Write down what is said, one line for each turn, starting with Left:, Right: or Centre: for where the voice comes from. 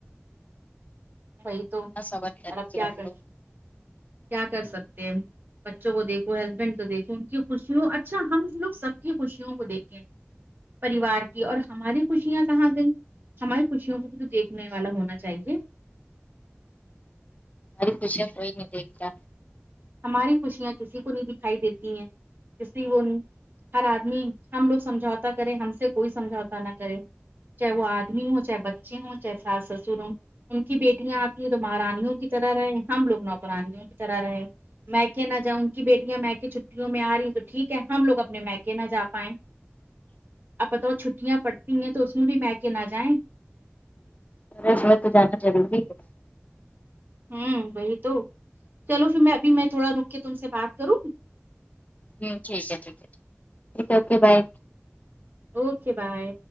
Right: وہی تو
Left: اتنا صبر کریں
Right: پر اب
Left: گے
Right: کیا
Left: ہم
Right: کر
Left: لوگ
Right: کیا کر سکتے ہیں بچوں کو دیکھو ہسبینڈ کو دیکھو ان کی خوشیوں اچھا ہم لوگ سب کی خوشیوں کو دیکھیں پریوار کی اور ہماری خوشیاں کہاں گئیں ہماری خوشیوں کو بھی تو دیکھنے والا ہونا چاہیے
Left: ہماری خوشیاں کوئی نہیں دیکھتا
Right: ہماری خوشیاں کسی کو نہیں دکھائی دیتی ہیں اسے وہ ہر آدمی ہم لوگ سمجھوتا کرے ہم سے کوئی سمجھوتا نہ کرے چاہے وہ آدمی ہوں چاہے بچے ہوں چاہے سس سسر ہوں ان کی بیٹیاں آتی ہیں تو مہارانیوں کی طرح رہے ہم لوگ نوکرانیوں طرح رہے ہیں میکے ںا جاو انکی بٹیاں میکے چھٹیوں میں آ رہی ہے تو ٹھیک ہے ہم لگ اپنے میکے نہ جا پائیں اب بتاو چھٹیا پڑھتی ہیں تو اسمے بھی میکے نہ جائیں
Left: ارے اس میں تو جانا ضروری ہے
Right: ہوں وہی تو چلو پھر میں ابھی میں تھوڑا رک کے تم سے بات کروں
Left: ہوں ٹھیک ہے ٹھیک ہے ٹھیک ہے اوکے بائے
Right: اوکے بائے